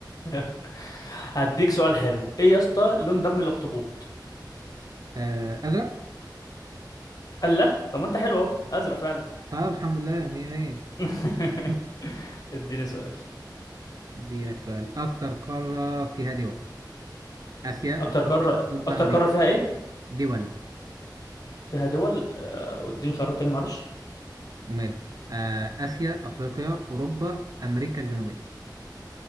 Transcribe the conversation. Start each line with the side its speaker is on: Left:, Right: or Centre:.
Left: <laughs> هديك سؤال حلو ايه يا اسطى لون دم الاخطبوط
Right: آه أزرق
Left: قال له طب ما انت حلو اهو ازرق فعلا
Right: طب الحمد لله مية مية
Left: <laughs>
Right: <laughs>
Left: اديني سؤال
Right: دي لك سؤال أكتر قارة فيها دول آسيا
Left: اكتر
Right: أفريقيا
Left: قاره
Right: أوروبا
Left: اكتر
Right: أمريكا
Left: قاره فيها ايه
Right: دول
Left: فيها دول آه، اديني خيارات تاني معلش
Right: وماله آه آسيا أفريقيا أوروبا أمريكا الجنوبية